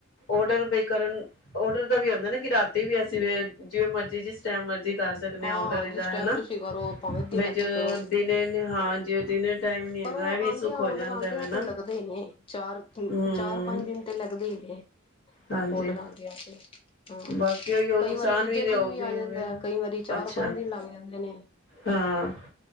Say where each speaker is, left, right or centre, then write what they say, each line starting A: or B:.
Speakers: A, on the left; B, on the left.
A: ਔਡਰ ਵੀ ਕਰਨ। ਔਡਰ ਦਾ ਵੀ ਹੁੰਦੈ ਨਾ, ਕੀ ਰਾਤੀ ਵੀ ਅਸੀ ਜਿਵੇ ਮਰਜੀ, ਜਿਸ ਟੈਮ ਮਰ ਕਰ ਸਕਨੇ
B: ਹਾਂ
A: ਆ ਔਡਰ ਏਦਾ
B: ਜਿਸ ਟਾਈਮ
A: ਹੈਨਾ,
B: ਤੁਸੀਂ ਕਰੋ ਭਾਵੇਂ ਅੱਧੀ
A: ਬਈ
B: ਰਾਤੀ
A: ਜਦੋਂ
B: ਕਰੋ
A: ਦਿਨੇ ਹਾਂ, ਜਿਵੇ ਦਿਨੇ ਟਾਈਮ। ਨੀ ਹੈਗਾ
B: ਪਰ ਉਹ
A: ਇਹ ਵੀ
B: ਆਉਂਦਿਆਂ
A: ਸੁੱਖ ਹੋ
B: ਓਡਰ
A: ਜਾਂਦਾ
B: ਆਉਂਦੇਿਆਂ
A: ਵ ਨਾ
B: ਤੇ ਲੱਗਦੇ ਨੇ ਚਾਰ
A: ਹੂੰ
B: ਚਾਰ ਪੰਜ ਦਿਨ ਤੇ ਲੱਗਦੇ ਹੀ ਨੇ
A: ਹਾਂਜੀ
B: ਓਡਰ ਆਂਦੇ ਆ ਤੇ ਹਾਂ
A: ਬਾਕੀ ਉਹੀ ਉਹ
B: ਕਈ
A: ਨੁਕਸਾਨ
B: ਵਾਰੀ ਦੂਜੇ
A: ਦੇ
B: ਦਿਨ
A: ਹੋਗੇ
B: ਵੀ ਆ ਜਾਂਦਾ, ਕਈ ਵਾਰੀ ਚਾਰ
A: ਅੱਛਾ
B: ਪੰਜ ਦਿਨ ਲਾਗ ਜਾਂਦੇ ਨੇ
A: ਹਾਂ,